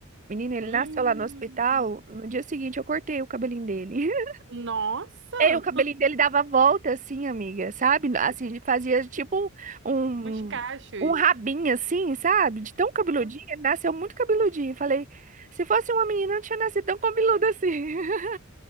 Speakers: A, on the right; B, on the right.
A: Menino, ele
B: Hum,
A: nasceu lá no hospital. No dia seguinte, eu cortei o cabelinho dele. <laughs>
B: nossa,
A: E o cabelinho dele dava volta, assim, amiga, sabe? Assim, ele fazia tipo um,
B: os cachos.
A: um um rabinho, assim, sabe? De tão cabeludinho. Ele nasceu muito cabeludinho. Falei, se fosse uma menina, eu não tinha nascido tão cabeludo assim. <laughs>